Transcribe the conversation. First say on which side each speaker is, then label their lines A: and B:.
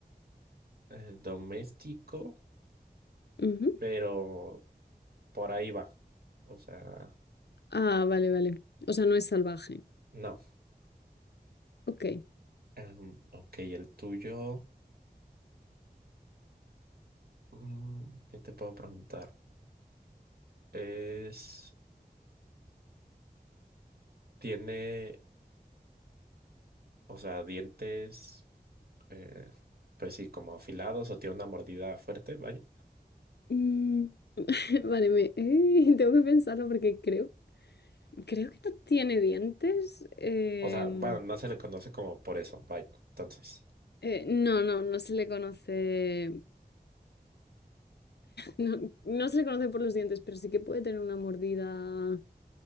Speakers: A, on the right; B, on the left.
A: eh, doméstico,
B: Ujú.
A: pero por ahí va. O sea,
B: Ah, vale, vale. O sea, no es salvaje.
A: no.
B: Ok.
A: Em, ok, el tuyo, mm, ¿qué te puedo preguntar? Es, tiene, o sea, dientes, eh, pues sí, como afilados o tiene una mordida fuerte, vaya.
B: Mm, <laughs> vale, me, eh, <laughs> tengo que pensarlo porque creo, creo que no tiene dientes. Em,
A: O sea, bueno, no se le conoce como por eso, vaya. Entonces,
B: eh, no, no, no se le conoce, no, no se le conoce por los dientes, pero sí que puede tener una mordida